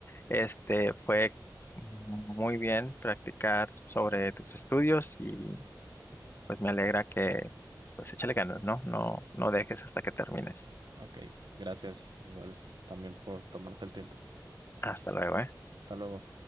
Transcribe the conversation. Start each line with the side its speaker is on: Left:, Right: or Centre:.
Left: Este, fue muy bien practicar sobre tus estudios y pues me alegra que pues échale ganas, ¿no? No, no dejes hasta que termines.
Right: Ok, gracias igual también por tomarte el tiempo.
Left: Hasta luego, ¿eh?
Right: Hasta luego.